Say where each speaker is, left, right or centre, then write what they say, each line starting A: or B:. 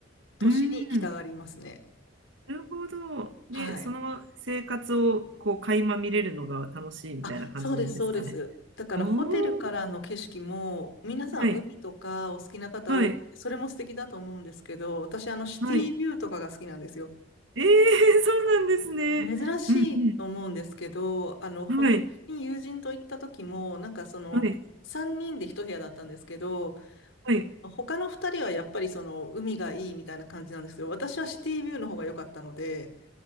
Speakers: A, on the left; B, on the right.
A: 都市に行きたがりますね。
B: うーん。なるほど。
A: はい。
B: で、その生活をこう垣間見れるのが楽しいみたいな感じなんですかね。
A: あ、そうです、そうです。だから、
B: おー。
A: ホテルからの景色も、皆さん、
B: はい。
A: 海とかお好きな方多くて、
B: はい。
A: それも素敵だと思うんですけど、私、あの、シティビューとかが好きなんですよ。
B: はい。えー、<laughs> そうなんですね。
A: 珍しいと思うんですけど、
B: うん。う
A: あの、ほのに友人と行った時も、
B: ん。はい。
A: なんかその、
B: はい。
A: 3人で一部屋だったんですけど、
B: はい。
A: 他の2人はやっぱりその、海がいいみたいな感じなんですけど、私はシティビューの方が良かったので、